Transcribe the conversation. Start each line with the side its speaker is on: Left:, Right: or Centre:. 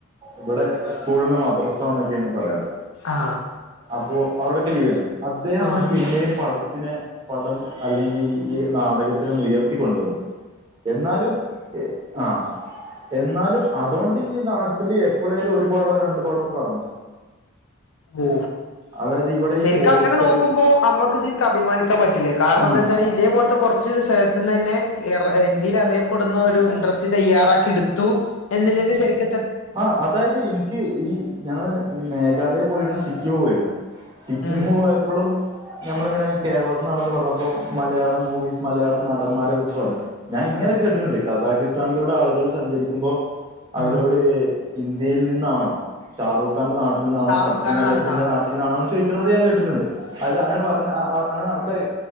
Right: ഇവിടെ സ്കൂളിന് മദ്രസ എന്നൊക്കെയാണ് പറയാറ്
Left: ആ
Right: അപ്പോൾ അവിടൊക്കെ ലീവ് ആരുന്നോ അദ്ദേഹമാണ്
Left: ആ
Right: പിന്നെയും പടത്തിന് പടം അല്ലെങ്കിൽ ഈ നാടകത്തിനൊന്ന് ഉയർത്തിക്കൊണ്ടുവന്ന് എന്നാലും ആ എന്നാലും അതോണ്ട് ഈ നാ ട്ടില് എപ്പളേലും ഒരു പടോ രണ്ട് പടോ ഒക്കെ ഇറങ്ങും
Left: ഓ
Right: അതായത് ഇവിടെ
Left: ശരിക്ക
Right: ഈ പോസ്റ്റർ
Left: അങ്ങനെ നോക്കുമ്പോ അമ്മക്ക് ശരിക്കും അഭിമാനിക്കാൻ പറ്റും കാരണംന്താന്ന്
Right: ആ
Left: വച്ചാൽ കുറച്ച് സ്ഥലത്തന്നെ തന്നെ ഇന്ത്യയിൽ അറിയപ്പെടുന്ന ഒരു ഇൻട്രസ്റ്റ് തയ്യാറാക്കി എടുത്തു എന്നെന്റെ ശരിക്ക
Right: ആ അതായത് ഇനിക്ക് ഈ ഞങ്ങൾ മേഘാലയെ പോയിുന്ന- സിക്കിമ പോയിരുന്നു സിക്കിം
Left: ഉം
Right: പോയപ്പോളും ഞമ്മളിങ്ങനെ കേരളത്തി നിന്നാണെന്ന് പറഞ്ഞപ്പോ മലയാളം മൂവിസ് മലയാളം നടന്മാരെ കുറിച്ച് പറഞ്ഞു. ഞാൻ ഇങ്ങനെ
Left: ആ
Right: കേട്ടിട്ടുണ്ട് കസാക്കിസ്ഥാനിലൂടെ ആളുകൾ സഞ്ചരിക്കുമ്പോ അവരോട്
Left: ആ
Right: ഇന്ത്യയിൽ നിന്നാണോ ഷാറൂഖ് <unintelligible> നാട്ടിൽ നിന്നണോ
Left: ഷാറൂഖ്
Right: കത്രിന
Left: ഖാന്റെ നടൻ
Right: നൈപ്പിന്റെനാട്ടിൽ
Left: ആ
Right: നിാണോ ചോദിക്കുന്നത് ഞാൻ കേട്ടിട്ടുണ്ട് അത്
Left: ആ
Right: അങ്ങനെ പറഞ്ഞ അങ്ങനെ ആൾക്കാർ